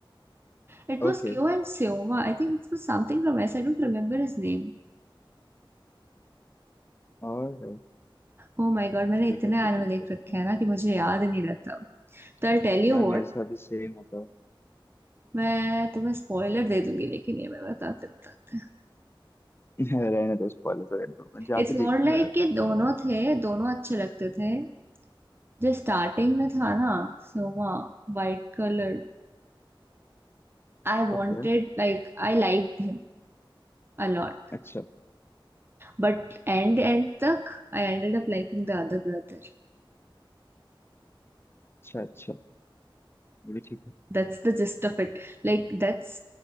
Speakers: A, on the right; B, on the left.
A: It
B: ओके
A: was Kyo and Sohma I think it was something from S I don't remember his name
B: और
A: Oh my God मैंने
B: ठीक
A: इतने
B: है ठीक
A: एनिमे
B: है
A: देख
B: देखता
A: रखे
B: हूँ।
A: हैं ना कि मुझे याद ही नहीं रहता तो आई टेल यू
B: यार मेरे
A: व्हाट
B: साथ भी सेम होता
A: मैं तुम्हें स्पॉइलर दे दूंगी लेकिन ये मैं बताते बताते
B: <laughs> है रहने दो स्पॉइलर तो रहने दो मैं जाके
A: इट्स मोर
B: देखूंगा
A: लाइक
B: यार
A: कि दोनों थे दोनों अच्छे लगते थे जो स्टार्टिंग में था ना Sohma white colour I wanted
B: ओके यार
A: like I like him a lot
B: अच्छा
A: But and end तक I ended up liking the other brother
B: अच्छा अच्छा ये भी ठीक है
A: That's the gist of it like that's